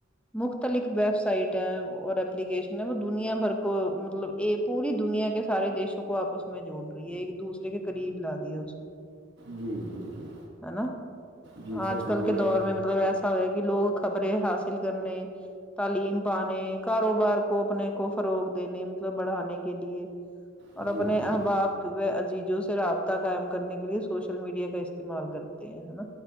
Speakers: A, in the centre; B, on the right (about 60°).
A: مختلف ویب سائٹ ہے اور ایلیکیشن ہے وہ دنیا بھر کو مطلب پوری دنیا کے سارے دیشوں کو آپس میں جوڑ رہی ہے ایک دوسر کے قریب لا دیا اس نے
B: جی جی جی
A: ہے نا
B: جی
A: آج
B: سوشل
A: کل
B: میڈیا
A: کے دور میں مطلب ایسا ہو ہے کہ لوگ خبرے حاصل کرنے تعلیم پانے کاروبار کو اپنے کو فروغ دینے مطلب بڑھانے کے لیے اور
B: جی
A: اپنے احباب
B: جی
A: و عجیزوں سے رابطہ قائم کرنے کے لیے سوشل میڈیا کا استعمال کرتے ہیں نا